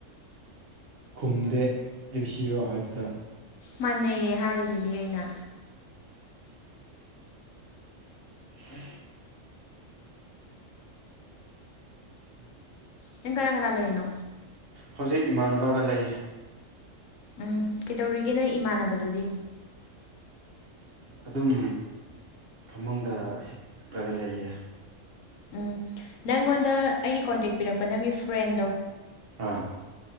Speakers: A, on the right (about 55°); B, on the left (about 80°).
A: ꯈꯨꯝꯗꯦ ꯑꯦ ꯕꯤ ꯁꯤꯔꯣ ꯍꯥꯏꯕꯗ
B: ꯃꯥꯟꯅꯩꯌꯦ ꯍꯥꯏꯗꯨꯗꯤ ꯑꯩꯅ
A: <unintelligible> ꯑꯣ ꯑꯣ
B: ꯅꯪ ꯀꯅꯥ ꯀꯅꯥ ꯂꯩꯩꯅꯣ
A: ꯍꯧꯖꯤꯛ ꯏꯃꯥꯟꯅꯕꯒ ꯂꯩꯌꯦ
B: ꯎꯝ ꯀꯩꯗꯧꯔꯤꯒꯦ ꯅꯣꯏ ꯏꯃꯥꯟꯅꯕꯗꯨꯗꯤ
A: ꯑꯗꯨꯝ ꯐꯃꯨꯡꯗ ꯍꯤꯞꯄꯒ ꯂꯩꯌꯦ
B: ꯎꯝ ꯅꯪꯉꯣꯟꯗ ꯑꯩꯒꯤ ꯀꯣꯟꯇꯦꯛ ꯄꯤꯔꯛꯄ ꯅꯪꯒꯤ ꯐ꯭ꯔꯦꯟꯗꯣ
A: ꯑꯥ